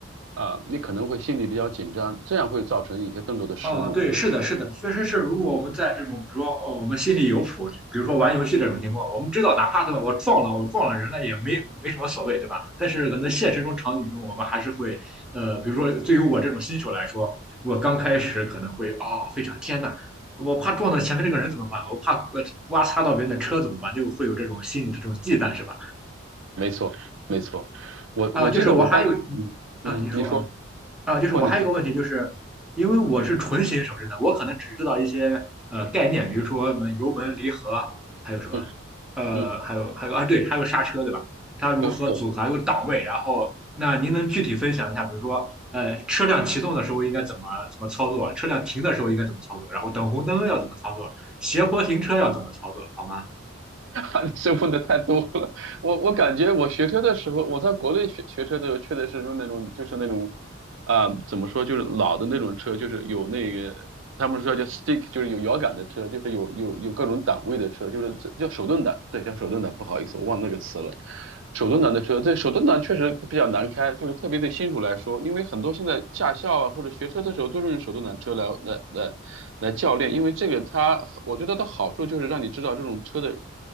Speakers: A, on the right; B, in the centre.
A: 啊、呃你可能会心里比较紧张，这样会造成一些动作的失误。
B: 哦，对，是的，是的，确实是。如果我们在这种，比如说，呃我们心里有谱，比如说玩游戏这种情况，我们知道，哪怕对吧，我撞了，我撞了人了，也没没什么所谓，对吧？但是可能现实中场景中，我们还是会，呃，比如说，对于我这种新手来说，我刚开始可能会啊、非常天呐，我怕撞到前面这个人怎么办？我怕呃刮擦到别人的车怎么办？就会有这种心理的这种忌惮，是吧？
A: 没错，没错。我我记得我当时，
B: 啊、就是我还有，嗯，
A: 嗯嗯，
B: 啊，您说啊。
A: 你说，
B: 啊，就是我还有一个问题，
A: 或你说，
B: 就是因为我是纯新手，真的，我可能只知道一些呃概念，比如说什么油门、离合，还有什么，
A: 嗯
B: 呃，
A: 嗯，
B: 还有还有啊，对，还有刹车，对吧？它如何组合，
A: 对对。
B: 还有档位，然后那您能具体分享一下，比如说呃，车辆启动的时候应该怎么怎么操作，车辆停的时候应该怎么操作，然后等红灯要怎么操作，斜坡停车要怎么操作，好吗
A: <laughs> 这问的太多了。我我感觉我学车的时候，我在国内学学车的时候，确实是那种就是那种啊、呃怎么说就是老的那种车，就是有那个他们说叫 stick，就是有摇杆的车，就是有有有各种档位的车，就是叫手动挡，对，叫手动挡。不好意思，我忘那个词了。手动挡的车，对，手动挡确实比较难开，就是特别对新手来说，因为很多现在驾校啊或者学车的时候都是用手动挡车来来来来教练，因为这个它，我觉得它的好处就是让你知道这种车的